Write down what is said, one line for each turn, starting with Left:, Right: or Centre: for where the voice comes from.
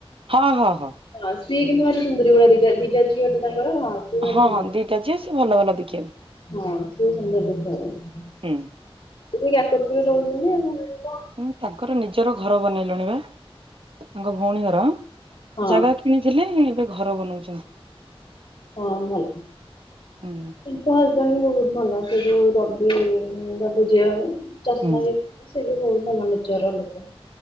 Right: ହଁ ହଁ
Left: ହଁ ସିଏ କିନ୍ତୁ ଆେ ସୁନ୍ଦରି ଗୁଳା ଦା ଦିଟା ଜି ର ହଁ ସିଏ ଭାରି
Right: ହଁ
Left: ସୁନ୍ଦର
Right: ହଁ ଦିଟା ଝିଅ ସେ ଭଲ ଭଲ ଦେଖିବାକୁ।
Left: ହଁ ସିଏ ସୁନ୍ଦର ଦେଖିବାକୁ
Right: ହୁଁ
Left: ତ ସେଇ କାକତପୁରରେ ରହୁଛନ୍ତି ଆ
Right: ହଁ ତାଙ୍କର ନିଜର ଘର ବନେଇଲୁଣି ବା ତାଙ୍କ ଭଉଣୀଙ୍କର
Left: ହଁ ହଁ
Right: ଜାଗା କିଣିଥିଲେ ଏବେ ଘର ବନଉଛନ୍ତି
Left: ହଁ ଭଲ
Right: ହୁଁ
Left: ହଜବଣ୍ଡ ବି ବହୁତ ଭଲ ସେଠୁ ରବି ରବୁ ଝିଅ ଚଷମା
Right: ହୁଁ
Left: ହେଇ ସେ ବି ବହୁ ଭଲ ନିଚାର ଲୋକ